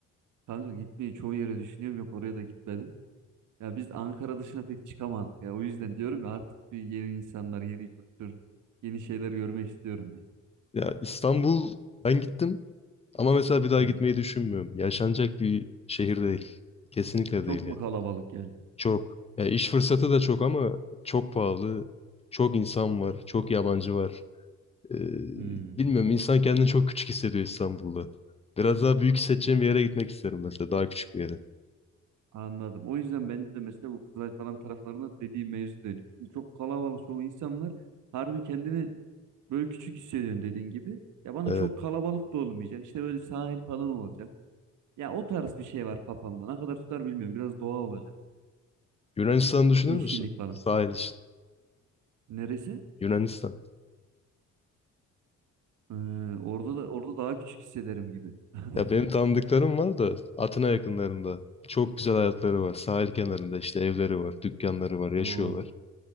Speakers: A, on the right (about 75°); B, on the left (about 20°).
A: Kanka gitmeyi çoğu yere düşünüyorum yok oraya da gitmedim. Ya biz Ankara dışına pek çıkamadık ya. O yüzden diyorum ya artık bir yeni insanlar, yeni kültür, yeni şeyler görmek istiyorum ya.
B: Ya İstanbul ben gittim ama mesela bir daha
A: Evet.
B: gitmeyi düşünmüyorum. Yaşanacak bir şehir değil. Kesinlikle
A: Çok
B: değil
A: mu
B: yani.
A: kalabalık geldi?
B: Çok. Ya iş fırsatı da çok ama çok pahalı. Çok insan var. Çok yabancı var. Ee,
A: Hmm.
B: bilmiyorum insan kendini çok küçük hissediyor İstanbul'da. Biraz daha büyük hissedeceğim bir yere gitmek isterim mesela. Daha küçük bir yere.
A: Anladım. O yüzden bende de mesela bu Kızılay falan taraflarında dediğim mevzu dönüyor. Şimdi Çok kalabalık çoğu insan var. Harbi kendini Böyle küçük hissediyorsun dediğin gibi. Ya bana
B: Evet.
A: çok kalabalık da olmayacak. İşte böyle sahil falan olacak. Ya o tarz bir şey var kafamda. Ne kadar tutar bilmiyorum. Biraz doğa olacak.
B: Yunanistan düşünür
A: Yeşillik
B: müsün?
A: falan.
B: Sahil için.
A: Neresi?
B: Yunanistan.
A: Ee, orada da orada daha küçük hissederim gibi.
B: Ya
A: <laughs>
B: benim tanıdıklarım var da Atina yakınlarında. Çok güzel hayatları var. Sahil kenarında işte evleri var, dükkanları var, yaşıyorlar.
A: O